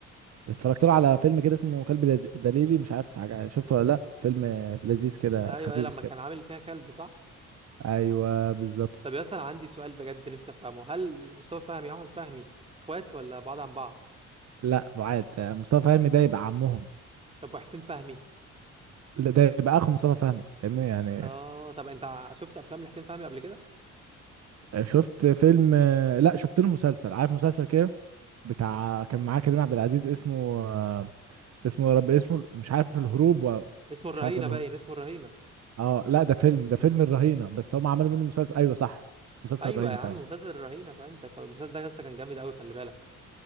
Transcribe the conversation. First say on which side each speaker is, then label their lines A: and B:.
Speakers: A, on the right (about 55°); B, on the right (about 20°).
A: اتفرجت له على فيلم كده اسمه كلب لد- دليلي مش عارف حاجه شفته ولا لا فيلم لذيذ كده
B: ايوه
A: خفيف
B: ايه لما
A: كده
B: كان عامل فيها كلب صح
A: ايوه بالظبط
B: طب يا اسطى انا عندي سؤال بجد نفسي افهمه هل مصطفى فهمي واحمد فهمي اخوات ولا بعاد عن بعض
A: لا بعاد آه، مصطفى فهمي ده يبقى عمهم
B: طب وحسين فهمي
A: لا ده يبقى اخو مصطفى فهمي فاهمني يعني
B: اه طب انت ع- شفت افلام لحسين فهمي قبل كده
A: آه، شفت فيلم آه، لا شفت له مسلسل عارف مسلسل كده بتاع كان معاه كريم عبد العزيز اسمه آه، اسمه يا رب اسمه مش عارف الهروب و...
B: اسمه الرهينه
A: مش عارف الهروب
B: باين اسمه الرهينه
A: اه لا ده فيلم ده فيلم الرهينة بس هم عملوا منه مسلسل ايوه صح مسلسل
B: ايوه
A: الرهينة
B: يا عم
A: فعلا
B: مسلسل الرهينه فهمتك المسلسل ده يا اسطى كان جامد قوي خلي بالك